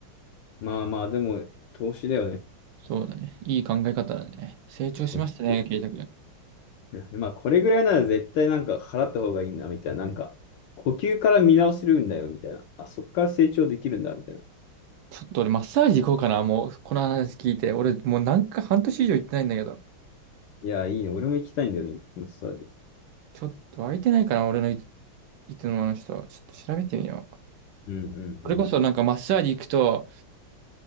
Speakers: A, on the left; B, on the right.
A: う。まあまあ、でも、投資だよね。
B: そうだね。いい考え方だね。成長しましたね、
A: <laughs>
B: ケイタ君。
A: まあ、これぐらいなら絶対なんか払った方がいいな、みたいな。なんか、呼吸から見直せるんだよ、みたいな。あ、そっから成長できるんだ、みたいな。
B: ちょっと俺、マッサージ行こうかな。もう、この話聞いて。俺、もうなんか半年以上行ってないんだけど。
A: いや、いいね。俺も行きたいんだよね、マッサージ。
B: ちょっと空いてないかな、俺のいつ、いつもの人。ちょっと調べてみよう。
A: うんうん
B: それこそなんかマッサージ行くと、